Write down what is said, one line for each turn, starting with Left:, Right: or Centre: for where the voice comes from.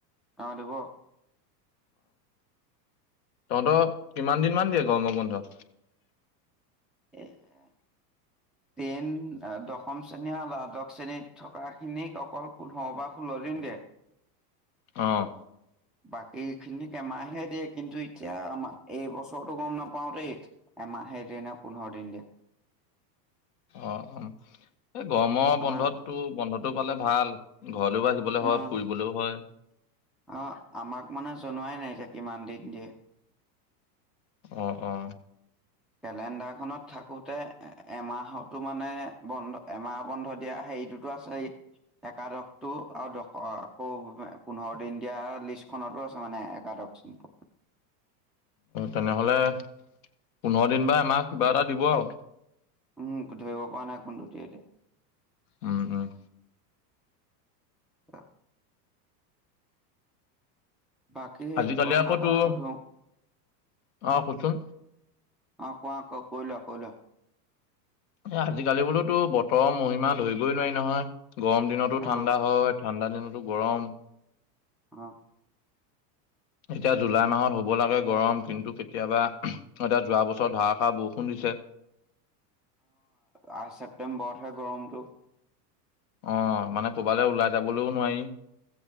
Centre: অ', দিব।
Left: তহঁতক কিমান দিন মান দিয়ে গৰম' বন্ধ?
Centre: এ- টেন, দশম শ্ৰেণী, আঁ দ্বাদশ শ্ৰেণীত থকাখিনিক অকল পোন্ধ বা ষোল্ল দিন দিয়ে।
Left: অঁ
Centre: বাকী খিনিক এমাহে দিয়ে, কিন্তু এতিয়া আমা- এইবছৰটো গম নাপাওঁ দেই এমাহে দিয়ে নে পোন্ধৰ দিন দিয়ে।
Left: অঁ অঁ, এ গৰম'
Centre: আমাক
Left: বন্ধতটো বন্ধত তো ফালে ভাল? ঘৰলৈও আহিবলৈ
Centre: অ',
Left: হ'য়, ফুৰিবলৈও হ'য়।
Centre: অ', আমাক মানে জনোৱাই নাই এতিয়া কিমান দিন দিয়ে।
Left: আহ অ।
Centre: কেলেণ্ডাৰখনত থাকোতে এমাহতো মানে বন্ধ এমাহ বন্ধ দিয়া হেৰিটোত আছেই একাদশটো আৰু আকৌ পোন্ধৰ দিন দিয়া লিষ্টখনতো আছে মানে একাদশ চ
Left: তেনেহলে পোন্ধৰদিন বা এমাহ কিবা এটা দিব আৰু।
Centre: উম ধৰিব পৰা নাই কোনতো দি‌য়ে এতিয়া।
Left: উম উম।
Centre: অ বাকী
Left: আজিকালি
Centre: কথা
Left: আকৌতো
Centre: এটা সুধো
Left: আহ শুনচোন।
Centre: অ কোৱা ক কৈইলোৱা কৈইলোৱা।
Left: এ আজিকালি বোলোতো বতৰ মোহিমা ধৰিবইনোৱাৰি নহয়। গৰম দিনতো
Centre: অহ
Left: ঠাণ্ডা হয়। ঠাণ্ডা দিনতো গৰম।
Centre: অহ।
Left: এতিয়া জুলাইমাহত হব লাগে গৰম কিন্তুকেতিয়াবা এতিয়া যোৱা বছৰত ধাৰষাৰ বৰষুণ দিছে।
Centre: অ ছেপ্তেম্বৰতহে গৰমটো।
Left: অ মানে ক'বালৈ ওলাই যাবলৈও নোৱাৰি।